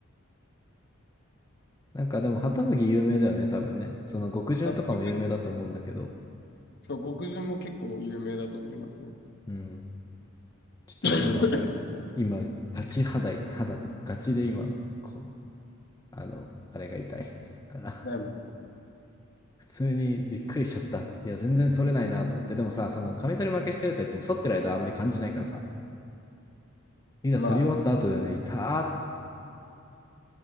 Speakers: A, on the left; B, on the left.
A: なんかでも、ハトムギ有名だよね、多分ね。その極潤とかも有名だと思うんだけど。
B: 熱海がそう、極潤も結構有名だと思いますよ。
A: うん。ちょっと今、
B: <laughs>
A: 今、ガチ肌い、肌って、ガチで今、こう、あの、あれが痛いから。
B: ないもん。
A: 普通にびっくりしちゃった。いや、全然反れないなと思って。でもさ、その、カミソリ負けしてると言っても、反ってる間はあまり感じないからさ、いざ反り終わった後だよね、
B: まあね。
A: 痛ーって。